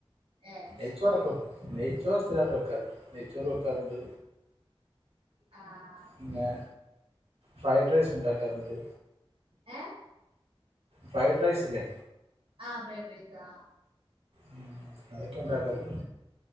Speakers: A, on the right; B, on the right.
A: ഏഹ്
B: യിചോറെക്കെ വെക്ക് നെയ്ച്ചോ സ്ഥിരട്ട് വെക്കാറില നെയ്ച്ചോറ് വെക്കാറുണ്ട്
A: ആഹ
B: പിന്നെ ഫ്രൈഡ് റൈസ് ഉണ്ടാക്കാറ്ണ്ട്
A: ഏഹ്
B: ഫ്രൈഡ് റൈസ് അല്ലേ
A: ആഹ ഫ്രൈഡ് റൈസ് ആ
B: ഉ അതൊക്കെ ഉണ്ടാക്കാറണ്ട്